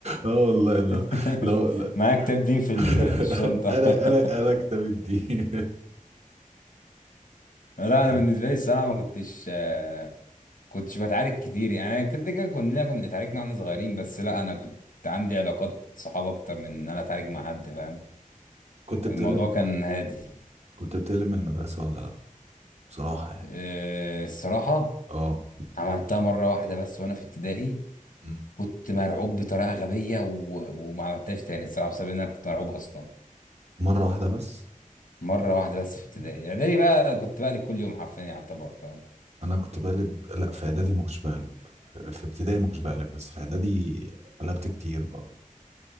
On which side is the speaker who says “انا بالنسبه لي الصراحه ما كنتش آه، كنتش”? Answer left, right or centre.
Left